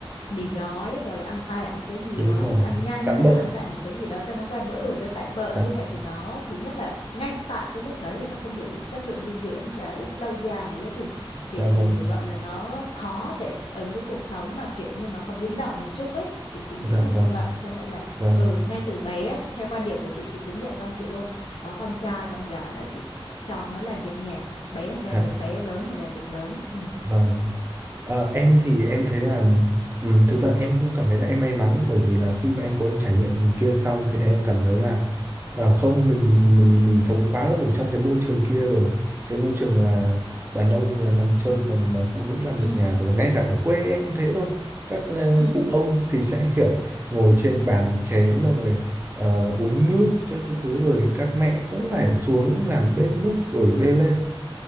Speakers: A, on the left; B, on the right.
A: mì gói rồi ăn tạm cái gì
B: đúng
A: đó
B: rồi
A: thức ăn nhanh
B: tạm
A: hay
B: bợ
A: là ăn tạm một cái gì đó cho nó qua bữa ở nó tạm bợ
B: dạ
A: như vậy thì nó thứ nhất là ngay tại cái lúc đấy thì nó không đủ chất lượng dinh dưỡng cái lâu dài ấy, thì thì
B: dạ vâng
A: thì gọi là nó khó để thích ứng với cuộc sống mà kiểu như nó có biến động một chút ấy chị chị nghĩ
B: dạ
A: là như
B: vâng
A: vậy cho nên là
B: vâng
A: ừ ngay từ bé theo quan điểm của chị chị cũng dạy con chị luôn có con trai con gái là chị cho nó làm việc nhà bé làm
B: dạ
A: việc bé lớn thì làm việc lớn ừ
B: vâng Ờ, em thì em thấy là ừm, thực ra em cũng cảm thấy là em may mắn bởi vì là khi mà em có cái trải nghiệm kia xong thì em cảm thấy là ờ, không mình mình mình sống quá lâu ở trong cái môi trường kia rồi cái môi trường là đàn ông là nằm chơi còn ờ, phụ nữ làm việc
A: ừ
B: nhà rồi ngay cả ở quê em cũng thế thôi các ờ,
A: ừ
B: cụ ông thì sẽ <laughs> kiểu ngồi trên bàn chén xong rồi ờ, uống nước các cái thứ rồi các mẹ cũng phải xuống làm bếp núc rồi bê lên